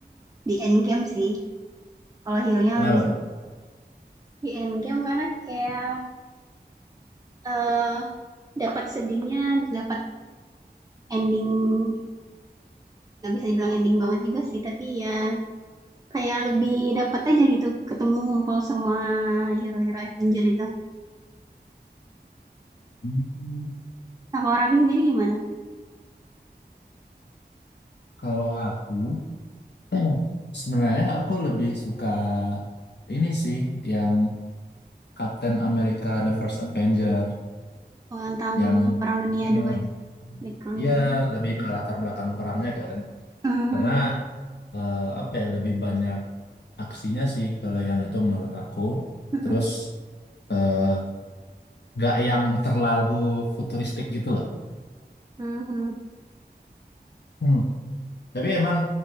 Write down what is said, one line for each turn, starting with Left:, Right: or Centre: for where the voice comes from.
Right: di Endgame sih kalau hero-nya
Left: Kenapa
Right: lebih suka
Left: tuh?
Right: di Endgame karena kayak eh dapat sedihnya terus dapat ending nggak bisa dibilang ending banget juga sih tapi ya kayak lebih dapat aja gitu ketemu ngumpul semua hero-hero Avenger itu
Left: Hmm,
Right: nah kalau Raffi sendiri gimana?
Left: kalau aku, <clears throat> sebenarnya aku lebih suka ini sih, yang Captain America The First Avenger,
Right: Oh, tentang
Left: yang
Right: Perang Dunia
Left: eh,
Right: Dua itu backgroundnya.
Left: ya lebih ke latar belakang perangnya kan.
Right: Hmm,
Left: Karena eh, apa ya lebih banyak aksinya sih kalau yang itu menurut aku
Right: <laughs> hmm,
Left: terus eh, nggak yang terlalu futuristik gitu loh
Right: hmm, hmm.
Left: Hmm. tapi emang